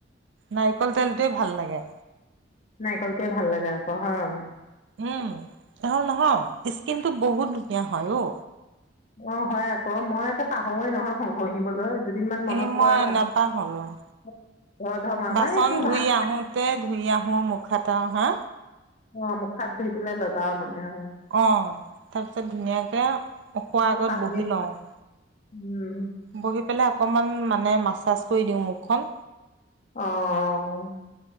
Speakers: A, on the right; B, on the left.
A: নাৰিকল তেলটোৱে ভাল লাগে।
B: নাৰিকল টোৱে ভাল লাগে আকৌ হয়।
A: উম, নহ'ল নহয়, স্কিন টো বহুত ধুনীয়া হয়। অ'!
B: অ'! হয়! আকৌ, মই একে পাহৰোঁৱে নহয় <unintelligible> ঘঁহিবলৈ। দুদিনমান মনত
A: এ, মই
B: পৰে
A: নাপাহৰোঁ।
B: ধৰ্ধৰ্মা আমাৰ
A: বাচন
B: এইটো
A: ধুই
B: ভাল
A: আহোঁতে
B: নাই
A: ধুই আহোঁ মুখত। হা!
B: অ'! মুখ হাত ধুই পেলাই লগা মানে আৰু।
A: অ'! তাৰপিছত ধুনীয়াকে শোৱাৰ
B: অ
A: আগত
B: পাহৰি
A: বহি লওঁ।
B: উম!
A: বহি অকমান মানে, মাচাজ কৰি দিওঁ মুখ খন।
B: অঁ!